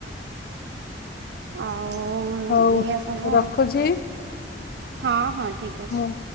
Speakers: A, on the right; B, on the left.
A: ଅ ଆଉ
B: ହଉ
A: ଏଇଆ ସବୁ
B: ରଖୁଛି
A: ହଁ ହଁ ଠିକ ଅଛି।
B: ମୁଁ